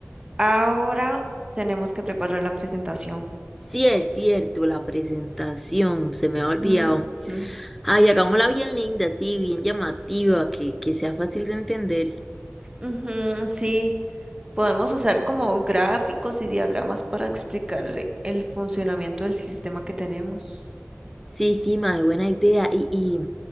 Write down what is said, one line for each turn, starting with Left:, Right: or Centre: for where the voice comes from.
Right: Ahora tenemos que preparar la presentación.
Centre: Sí, es cierto, la presentación, se me ha olvidado.
Right: Mm, mm.
Centre: Ay, hagámosla bien linda, sí, bien llamativa, que, que sea fácil de entender.
Right: Ujú, sí, podemos usar como gráficos y diagramas para explicar el funcionamiento del sistema que tenemos.
Centre: Sí, sí, mae, buena idea. Y, y,